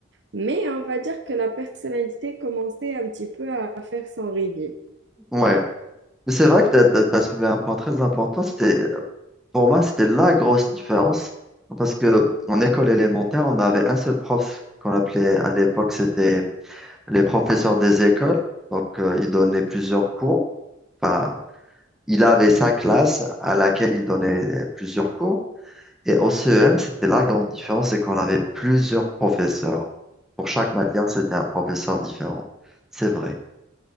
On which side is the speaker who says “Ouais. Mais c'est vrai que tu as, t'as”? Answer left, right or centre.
Centre